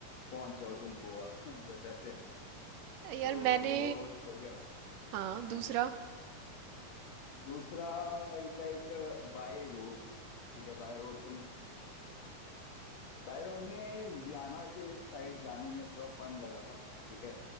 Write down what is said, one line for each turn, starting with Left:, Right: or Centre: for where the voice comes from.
Left: पहुंच जाओ तुम गोवा <laughs> बस ऐसे है मेरा
Right: यार
Left: तो
Right: मैंने
Left: वो एक हो गया
Right: हाँ
Left: हाँ
Right: दूसरा
Left: हाँ दूसरा इज लाइक बाय रोड ठीक है बाय रोड तुम बाय रोड में लुधियाना के लिए साइड जाने में थोड़ा फन लगा था ठीक है